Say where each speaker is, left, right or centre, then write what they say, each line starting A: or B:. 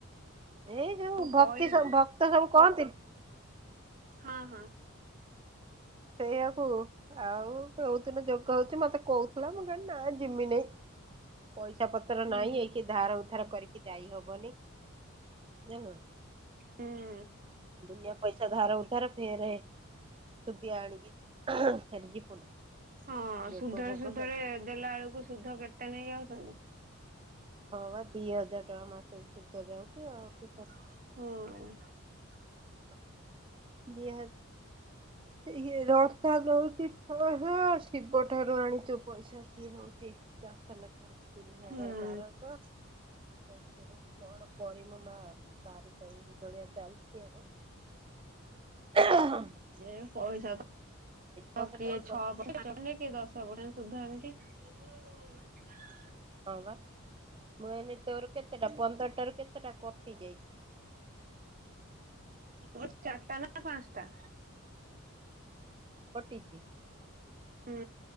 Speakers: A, on the right; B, on the right.
A: ଏଇ ଯୋଉ ଭକ୍ତି
B: କହିବ
A: ସବୁ ଭକ୍ତ ସବୁ କହନ୍ତିନି
B: ହଁ ହଁ।
A: ସେଇଆକୁ ଆଉ କଉଥିଲୁ ଯଉ କହୁଛି ମତେ କହୁଥିଲା ମୁଁ କହିଲି ନା ଜିମି ନେଇ। ପଇସା ପତ୍ର
B: ହୁଁ
A: ନାହିଁ ଏଇକି ଧାର ଉଧାର କରିକି ଯାଇ ହବନି ଯାନଲୁନା।
B: ହୁଁ
A: ଦୁନିଆ ପଇସା ଧାରା ଉଧାର ଫେରେ ସୁଧିଆ ଆଣିକି ଫେରେ ଯିବୁ ନା।
B: ହଁ
A: ଯୋଗ
B: ସୁଧରେ
A: ଭୋଗ
B: ସୁଧରେ
A: କରି
B: ଦେଲା ବେଳକୁ ସୁଧ କେତେ ନେଇ ଯାଉଚନ୍ତି।
A: ହଁ ବା ଦି ହଜାର ଟଙ୍କା ମାସେ ଶୁଦ୍ଧ ହଉଚି ଆଉ ତୁ
B: ହୁଁ।
A: ହ ଦି ହ ଇହେ ରସଲୋଉଟି <unintelligible> ଛିବ ଠାରୁ ଆଣିଚୁ ପଇସା ସିଏ ନଉଚି। ଚାରସ ଲକ୍ଷ ତିରିଶ
B: ହୁଁ
A: ହଜାର ବାରଶହ କଣ ପରିମ ମା ତାର ତ ଏଇ ଭଳିଆ ଚାଲଚି ଆଉ। ହ ହଁ
B: ଏ ପଇସା ତ
A: ପନ୍ଦରଟାରୁ
B: କିଏ ଛଅ ପର୍ସେଣ୍ଟ ପାଞ୍ଚ ପର୍ସେଣ୍ଟ କିଏ ଦଶ ପର୍ସେଣ୍ଟ ସୁଧା ଏମିତି <inaudible>
A: ହଁ ବା ମୁ ଏଇନା ତୋର କେତେଟା ପନ୍ଦରଟାରୁ କେତେଟା କଟ ହେଇଯାଇଚି
B: ମୋର ଚାରଟା ନା ପାଞ୍ଚସଟା
A: କଟିଚି
B: ହୁଁ